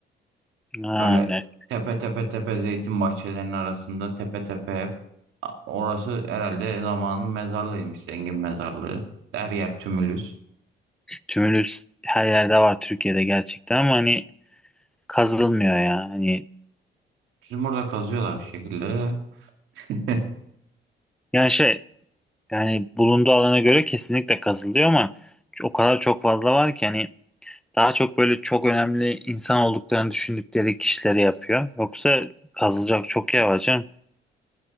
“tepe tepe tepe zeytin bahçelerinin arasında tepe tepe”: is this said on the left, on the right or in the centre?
Right